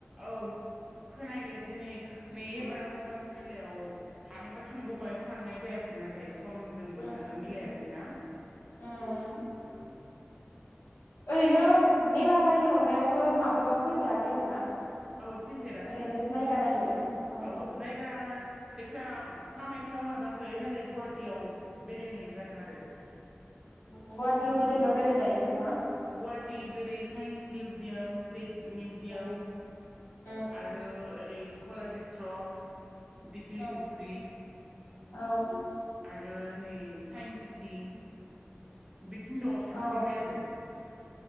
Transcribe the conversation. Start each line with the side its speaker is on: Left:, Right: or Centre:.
Right: औ खोनायो दिनै नै एबार
Left: ओ
Right: अम्बुबासि मेलायाव हानायबा थांगौमोन थांनाय जायासै नाथाय समजों बोथोरजों
Left: उम
Right: मिलायासै ना
Left: उम
Right: । औ
Left: ओरैनो मेला जायैनि अनगायावबो माब्लाबाबो फैफेराखै आरो ना?
Right: औ फैफेराखै
Left: ओरैनो जायगा नायनो अ
Right: औ जायगा जायखि जाया कामाख्याव हाबाखै नाथाय गुवाहाटीयाव बेरायनाय जादों आरो ।
Left: गुवाहाटि बबे जायगायाव बेरायनाय नों?
Right: गुवाहाटी जेरै science museum, state museum
Left: um उम
Right: आरो ओरै कलाक्षेत्र दिखिलि
Left: औ
Right: फुख्रि
Left: औ
Right: आरो नै साइन्सि‌ थि बेखिनद'आव थांखांबाय
Left: औ
Right: आरो ।